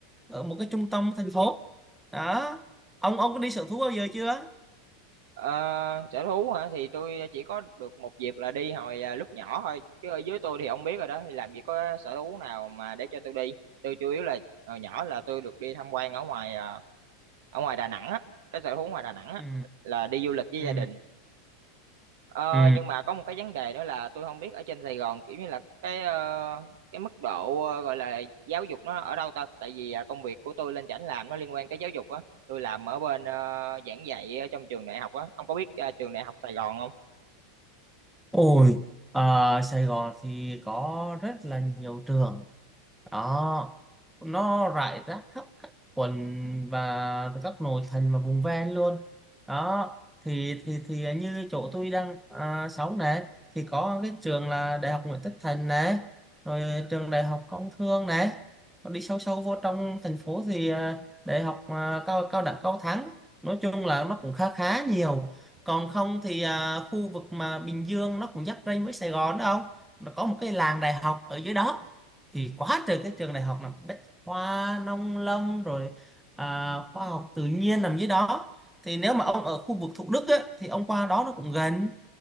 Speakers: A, in the centre; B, on the right.
A: ở một cái trung tâm thành phố đó ông ông có đi sở thú bao giờ chưa
B: Ờ, sở thú hả thì tôi chỉ có được một dịp là đi hồi à, lúc nhỏ thôi chứ ở dưới tôi thì không biết rồi đó thì làm gì có sở thú nào mà để cho tôi đi tôi chủ yếu là hồi nhỏ là tôi được đi tham quan ở ngoài à, ở ngoài Đà Nẵng á cái sở thú ngoài Đà Nẵng á
A: ừ
B: là đi du lịch với
A: ừ
B: gia đình Ờ,
A: ừ
B: nhưng mà có một cái vấn đề nữa là tôi không biết ở trên Sài Gòn kiểu như là cái ờ, cái mức độ ờ, gọi là giáo dục nó ở đâu ta tại vì à, công việc của tôi lên chảnh làm nó liên quan tới giáo dục á tôi làm ở bên ờ, giảng dạy ở trong trường đại học á ông có biết ờ, trường đại học Sài Gòn không
A: Ôi, à, Sài Gòn thì có rất là nhiều trường đó nó rải rác khắp các quận và các nội thành và vùng ven luôn đó thì thì thì như chỗ tôi đang à, sống này thì có cái trường là đại học Nguyễn Tất Thành này rồi trường đại học Công Thương này còn đi sâu sâu vô trong thành phố thì à, đại học à, cao cao đẳng Cao Thắng nói chung là nó cũng khá khá nhiều còn không thì à, khu vực mà Bình Dương nó cũng giáp ranh với Sài Gòn đó không nó có một cái làng đại học ở dưới đó thì quá trời các trường đại học là bách khoa nông lâm rồi à, khoa học tự nhiên nằm dưới đó thì nếu mà ông ở khu vực Thủ Đức á, thì ông qua đó nó cũng gần